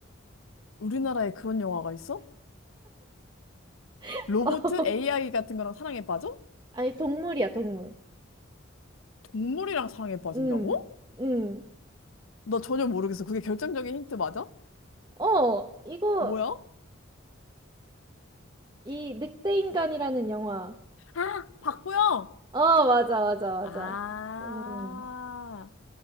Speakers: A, on the left (about 80°); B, on the right (about 20°).
A: 우리나라에 그런 영화가 있어?
B: <laughs>
A: 로봇? AI 같은 거랑 사랑에 빠져?
B: 아니, 동물이야, 동물.
A: 동물이랑 사랑에 빠진다고?
B: 응, 응.
A: 나 전혀 모르겠어. 그게 결정적인 힌트 맞아?
B: 어, 이거,
A: 뭐야?
B: 이 늑대인간이라는 영화.
A: 아, 박보영!
B: 어, 맞아, 맞아, 맞아.
A: 아,
B: 음,